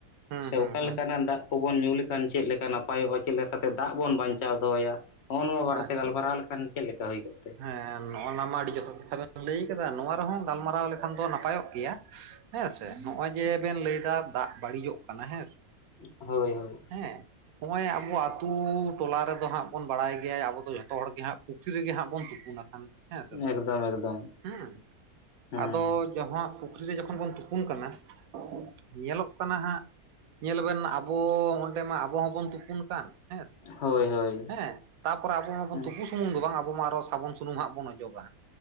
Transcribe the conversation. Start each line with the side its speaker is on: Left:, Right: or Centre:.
Right: ᱦᱩᱸ
Left: ᱥᱮ
Right: ᱦᱩᱸ
Left: ᱚᱠᱟ
Right: ᱦᱩᱸ
Left: ᱞᱮᱠᱟᱱᱟᱜ ᱫᱟᱜ ᱠᱚᱵᱚᱱ ᱧᱩ ᱞᱮᱠᱷᱟᱱ ᱪᱮᱫ ᱞᱮᱠᱟ ᱱᱟᱯᱟᱭᱚᱜᱼᱟ ᱪᱮᱫ ᱞᱮᱠᱟᱛᱮ ᱫᱟᱜ ᱵᱚᱱ ᱵᱟᱧᱪᱟᱣ ᱫᱚᱦᱚᱭᱟ ᱱᱚᱜᱼᱚ ᱱᱚᱣᱟ ᱵᱟᱨᱮᱛᱮ
Right: ᱟᱪᱪᱷᱟ
Left: ᱜᱟᱞᱢᱟᱨᱟᱣ ᱞᱮᱠᱷᱟᱱ ᱪᱮᱫ ᱞᱮᱠᱟ ᱦᱩᱭ ᱠᱚᱜᱛᱮ?
Right: ᱦᱮᱸ ᱱᱚᱜᱼᱚᱱᱟ ᱢᱟ ᱟᱹᱰᱤ ᱡᱚᱛᱷᱟᱛ ᱠᱟᱛᱷᱟ ᱵᱮᱱ ᱞᱟᱹᱭ ᱠᱟᱫᱟ ᱱᱚᱣᱟ ᱨᱮᱦᱚᱸ ᱜᱟᱞᱢᱟᱨᱟᱣ ᱞᱮᱠᱷᱟᱱ ᱫᱚ ᱱᱟᱯᱟᱭᱚᱜ ᱜᱮᱭᱟ। ᱦᱮᱸ ᱥᱮ ᱱᱚᱜᱼᱚᱭ ᱡᱮ ᱵᱮᱱ ᱞᱟᱹᱭᱫᱟ ᱫᱟᱜ ᱵᱟᱹᱲᱤᱡᱚᱜ ᱠᱟᱱᱟ ᱦᱮᱸ ᱥᱮ
Left: ᱦᱳᱭ ᱦᱳᱭ
Right: ᱦᱮᱸ ᱱᱚᱜᱼᱚᱭ ᱟᱵᱚ ᱟᱹᱛᱩᱻ ᱴᱚᱞᱟ ᱨᱮᱫᱚ ᱦᱟᱸᱜ ᱵᱚᱱ ᱵᱟᱲᱟᱭ ᱜᱮᱭᱟ ᱟᱵᱚ ᱫᱚ ᱡᱷᱚᱛᱚ ᱦᱚᱲᱜᱮ ᱦᱟᱸᱜ ᱯᱩᱠᱷᱨᱤ ᱨᱮᱜᱮ ᱦᱟᱸᱜ ᱵᱚᱱ ᱛᱩᱯᱩᱱᱟ ᱠᱷᱟᱱ ᱦᱮᱸ ᱥᱮ ᱵᱟᱝ
Left: ᱮᱠᱫᱚᱢ ᱮᱠᱫᱚᱢ
Right: ᱦᱮᱸ
Left: ᱦᱮᱸ
Right: ᱟᱫᱚ
Left: ᱦᱮᱸ
Right: ᱡᱚᱸᱦᱚᱜ ᱯᱩᱠᱷᱨᱤ ᱨᱮ ᱡᱚᱠᱷᱚᱱ ᱵᱚᱱ ᱛᱩᱯᱩᱱ ᱠᱟᱱᱟ ᱧᱮᱞᱚᱜ ᱠᱟᱱᱟ ᱦᱟᱸᱜ ᱧᱮᱞ ᱵᱮᱱ ᱟᱵᱚ ᱚᱸᱰᱮ ᱢᱟ ᱟᱵᱚ ᱦᱚᱸᱵᱚᱱ ᱛᱩᱯᱩᱱ ᱠᱟᱱ ᱦᱮᱸᱥᱮ
Left: ᱦᱳᱭ ᱦᱳᱭ
Right: ᱦᱮᱸ ᱛᱟᱯᱚᱨᱮ ᱟᱵᱚ ᱢᱟᱵᱚᱱ
Left: ᱦᱮᱸ
Right: ᱛᱩᱯᱩ ᱥᱩᱢᱩᱝ ᱫᱚ ᱵᱟᱝ ᱟᱵᱚ ᱢᱟ ᱟᱨᱚᱥ ᱥᱟᱵᱚᱱ ᱥᱩᱱᱩᱢ ᱦᱟᱸᱜ ᱵᱚᱱ ᱚᱡᱚᱜᱟ